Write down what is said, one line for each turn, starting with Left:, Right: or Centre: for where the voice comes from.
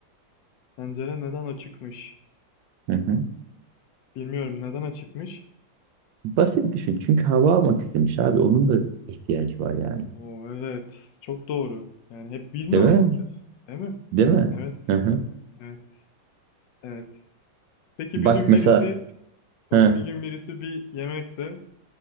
Left: Pencere neden açıkmış?
Right: Hı hı.
Left: Bilmiyorum neden açıkmış?
Right: Basit düşün. Çünkü hava almak istemiş abi. Onun da ihtiyacı var yani.
Left: Oo evet. Çok doğru. Yani hep biz mi
Right: Değil
Left: hava
Right: mi?
Left: alacağız? Değil mi?
Right: Değil mi?
Left: Evet.
Right: Hı hı.
Left: Evet. Evet. Peki
Right: Bak
Left: bir gün
Right: mesela
Left: birisi, bak
Right: hı.
Left: bir gün birisi bir yemekte,